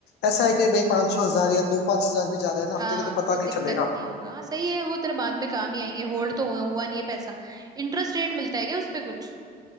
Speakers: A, on the left; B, on the right.
A: ऐसा है कि भाई पांच सौ हजार या दो पांच हजार भी जा रहे हैं ना हफ्ते
B: हाँ
A: के तो पता
B: तो
A: नहीं
B: दिक्कत
A: चलेगा
B: नहीं होगा हाँ सही है वो तेरे बाद में काम ही आएंगे होल्ड तो हुआ, हुआ नहीं है पैसा इंटरेस्ट रेट मिलता है क्या उस पे कुछ